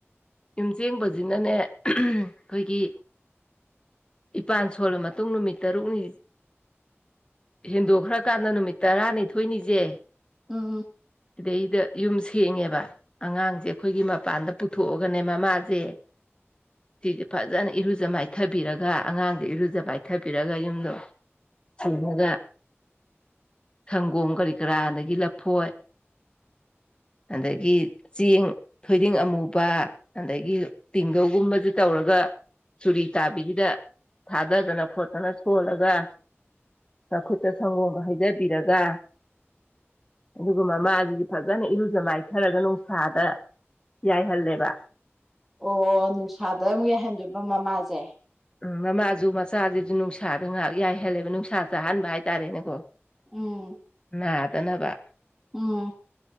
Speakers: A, on the left (about 20°); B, in the centre.
A: ꯌꯨꯝ ꯆꯦꯡꯕꯁꯤꯅꯅꯦ ꯑꯩꯈꯣꯏꯒꯤ ꯏꯄꯥꯟ ꯁꯣꯜꯂ ꯃꯇꯨꯡ ꯅꯨꯃꯤꯠ ꯇꯔꯨꯛꯅꯤ ꯍꯦꯟꯗꯣꯛꯈ꯭ꯔꯀꯥꯟꯗ ꯅꯨꯃꯤꯠ ꯇꯔꯥꯅꯤꯊꯣꯏꯅꯤꯁꯦ
B: ꯑꯣ
A: ꯁꯤꯗꯩꯗ ꯌꯨꯝ ꯁꯦꯡꯉꯦꯕ ꯑꯉꯥꯡꯁꯦ ꯑꯩꯈꯣꯏꯒꯤ ꯃꯄꯥꯟꯗ ꯄꯨꯊꯣꯛꯑꯒ ꯒꯅꯦ ꯃꯥ ꯃꯖꯦ ꯁꯤꯁꯦ ꯐꯖꯅ ꯏꯔꯨꯖ ꯃꯥꯏꯊꯕꯤꯔꯒ ꯑꯉꯥꯡꯁꯦ ꯏꯔꯨꯖ ꯃꯥꯏꯊꯕꯤꯔꯒ ꯌꯨꯝꯗꯣ ꯁꯤꯃꯒ ꯁꯪꯒꯣꯝ ꯀꯔꯤ ꯀꯔꯥꯗꯒꯤ ꯂꯐꯣꯏ ꯑꯗꯒꯤ ꯆꯦꯡ ꯊꯣꯏꯗꯤꯡ ꯑꯃꯨꯕ ꯑꯗꯒꯤ ꯇꯤꯡꯒꯧꯒꯨꯝꯕꯁꯨ ꯇꯧꯔꯒ ꯆꯨꯔꯤ ꯇꯥꯕꯤꯒꯤꯗ ꯊꯥꯗꯗꯅ ꯈꯣꯠꯇꯅ ꯁꯣꯜꯂꯒ ꯃꯈꯨꯠꯇ ꯁꯪꯒꯣꯝꯒ ꯍꯩꯗꯕꯤꯔꯒ ꯑꯗꯨꯒ ꯃꯃꯥꯗꯨꯖꯦ ꯐꯖꯅ ꯏꯔꯨꯖ ꯃꯥꯏꯊꯔꯒ ꯅꯨꯡꯁꯥꯗ ꯌꯥꯏꯍꯜꯂꯦꯕ
B: ꯑꯣ ꯅꯨꯡꯁꯥꯗ ꯑꯃꯨꯛ ꯌꯥꯏꯍꯟꯗꯣꯏꯕ ꯃꯃꯥꯁꯦ
A: ꯎꯝ ꯃꯃꯥꯁꯨ ꯃꯆꯥꯁꯤꯁꯨ ꯅꯨꯡꯁꯥꯗ ꯉꯥꯏꯍꯥꯛ ꯌꯥꯏꯍꯜꯂꯦꯕ ꯅꯨꯡꯁꯥ ꯆꯥꯍꯟꯕ ꯍꯥꯏꯇꯥꯔꯦꯅꯦꯀꯣ
B: ꯎꯝ
A: ꯉꯗꯅꯕ
B: ꯎꯝ